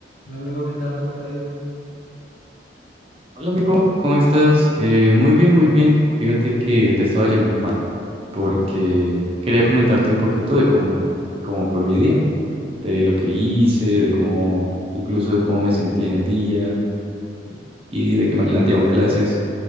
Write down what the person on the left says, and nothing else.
Hola amigo, ¿qué tal? ¿Cómo te ha ido?